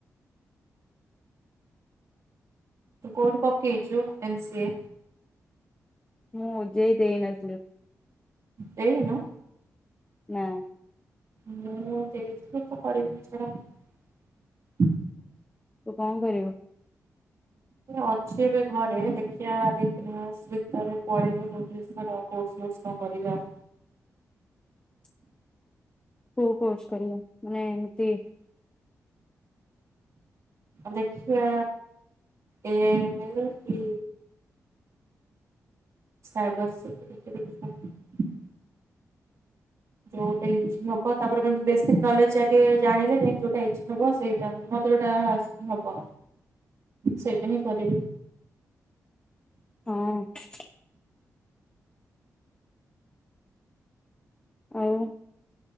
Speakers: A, on the right (about 60°); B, on the left (about 15°).
A: କଉଠି ପକେଇଛୁ ଏମ୍ ସି ଏ?
B: ମୁଁ ଓଜେଇ ଦେଇନଥିଲି ।
A: ଦେଇନୁ!
B: ନାଁ ।
A: ମୁଁ ଦେଇଥିଲି ତ କରିବିନି ଛାଡ ।
B: ତୁ କଣ କରିବୁ?
A: ଅଛି ଏବେ ଘରେ ଦେଖିବା ଦି ତିନି ମାସ ଭିତରେ ପଳେଇବି ଭୁବନେଶ୍ଵର ଆଉ କୋରସ୍ ଫୋର୍ସ କଣ କରିବି ଆଉ
B: <unintelligible> କୋଉ କୋର୍ସ କରିବୁ? ମାନେ ଏମିତି
A: ଦେଖିଆ ଏ ମ ର କି ସାଇବର ସକ୍ୟରିଟି ଦେଖିଆ ଯୋଉଟା ଇଜି ହେବ ତ ପରେ ବେସିକ ନଲେଜ ଆଗେ ଜାଣିଲେ ଯାଇ ଯୋଉଟା ଇଛା ହବ, ସେଇଟା ମତେ ଯୋଉଟା ହବ। ସେଇଟା ହିଁ କରିବି।
B: ହଁ । ଆଉ